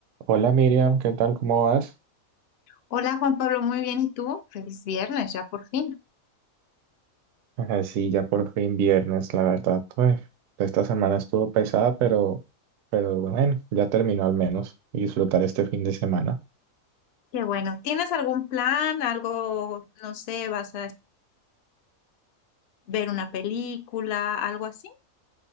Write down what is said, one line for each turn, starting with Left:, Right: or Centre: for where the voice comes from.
Right: Hola Miriam, ¿qué tal? ¿Cómo vas?
Left: Hola Juan Pablo, muy bien. ¿Y tú? Feliz viernes, ya por fin.
Right: Ajá, sí, ya por fin viernes, la verdad. Pues esta semana estuvo pesada, pero, pero bueno, ya terminó al menos y disfrutar este fin de semana.
Left: Qué bueno. ¿Tienes algún plan? Algo, no sé, vas a ver una película, algo así?